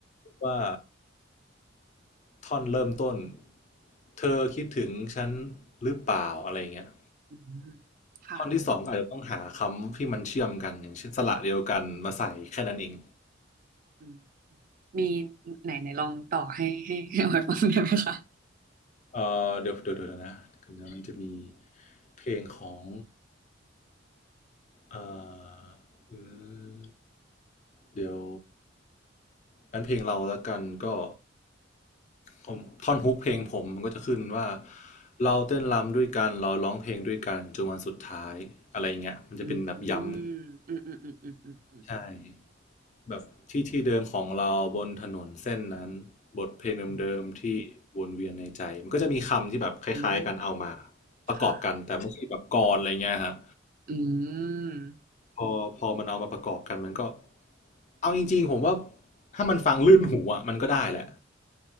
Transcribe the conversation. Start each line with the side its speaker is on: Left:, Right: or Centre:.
Left: ว่าท่อนเริ่มต้นเธอคิดถึงฉันหรือเปล่าอะไรเงี้ย
Right: อืมค่ะ
Left: ท่อนที่สองครับเต้องหาคำที่มันเชื่อมกันอย่างเช่นสระเดียวกันมาใส่แค่นั้นเอง
Right: อืม มีไหนไหนลองต่อให้ให้ให้ออยฟังได้ไหมคะ
Left: เออเดี๋ยวเดี๋ยวดยนะเดี๋ยวนะมันจะมีเพลงของ อ่าอืมเดี๋ยวงั้นเพลงเราแล้วกันก็ผมท่อนฮุกเพลงผมมันก็จะขึ้นว่าเราเต้นรำด้วยกันเราร้องเพลงด้วยกันจนวันสุดท้ายอะไรเงี้ยมันจะเป็นแบบย้ำ
Right: อืมอืมอืมอืมอืมอืม
Left: ใช่แบบที่ที่เดิมของเราบนถนนเส้นนั้นบทเพลงเดิมๆที่วนเวียนในใจมันก็จะมีคำที่แบบคล้ายๆกันเอามา
Right: อืมอืมอืม
Left: ประกอบกันแต่ไม่ใช่แบบกลอนอะไรเงี้ยฮะ
Right: ค่ะ อืม
Left: พอพอมันเอามาประกอบกันมันก็เอาจริงๆผมว่าถ้ามันฟังลื่นหูอ่ะมันก็ได้แหละ